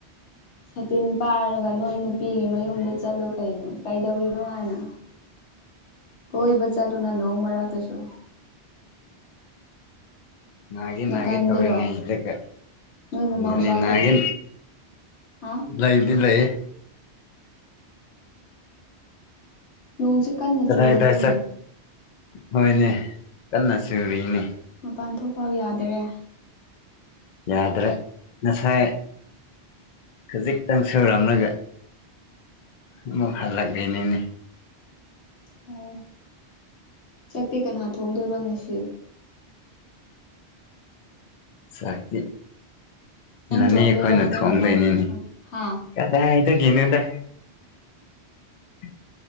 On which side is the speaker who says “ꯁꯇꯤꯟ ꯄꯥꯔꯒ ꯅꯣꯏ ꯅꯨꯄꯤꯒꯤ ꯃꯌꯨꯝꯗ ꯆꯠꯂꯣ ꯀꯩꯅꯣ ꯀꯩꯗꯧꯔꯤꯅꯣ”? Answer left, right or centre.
Left